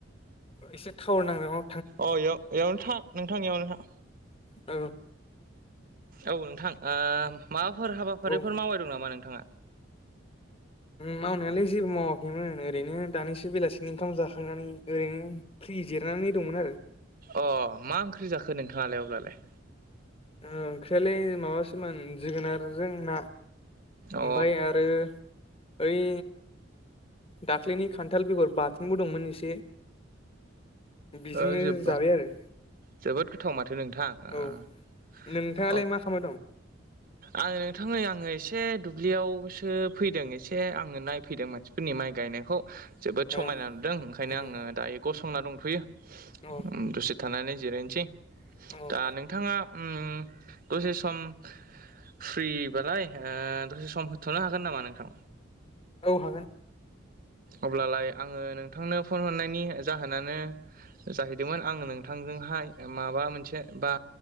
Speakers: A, on the left (about 30°); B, on the right (about 50°).
A: एसे थावोर नांजांआव
B: अ इयाव इयावनो था नोंथां इयावनो था।
A: औ
B: औ नोंथां ओ माबाफोर हाबाफारिफोर
A: औ
B: मावबाय दं नामा नोंथाङा?
A: मावनायालाय जेबो मावाखैमोन ओरैनो दानिसो बेलासिनि ओंखाम जाखांनानै ओरैनो फ्रि जिरनानै दंमोन आरो।
B: अ मा ओंख्रि जाखो नोंथाङालाय अब्लालाय?
A: ओंख्रियालाय माबास सोमोन जोगोनारजों ना
B: अ
A: ओमफाय आरो ओइ दाख्लैनि खान्थाल बेगर बाथोनबो दंमोन इसे। बिजोंनो
B: ओ जोब
A: जाबाय आरो।
B: जोबोद गोथाव माथो नोंथां ओ
A: औ नोंथाङालाय
B: अब
A: मा खालामबाय दं
B: आङो नोंथां नै आङो एसे दुब्लियावसो फैदों इसे आङो नायफैदों मानसि फोरनि माइ गायनायखौ जोबोद समायना
A: ए
B: नुदों ओंखायनो
A: अ
B: आङो दायो गसंना दंथ'यो।
A: अ
B: उम दसे थानानै जिरायनसै।
A: औ
B: दा नोंथाङा उम दसे सम फ्रिबालाय ओ दसे सम होथ'नो हागोन नामा नोंथां?
A: औ हागोन।
B: अब्लालाय आङो नोंथांनो फन हरनायनि जाहोनानो जाहैदोंमोन आङो नोंथांजोंहाय माबा मोनसे बा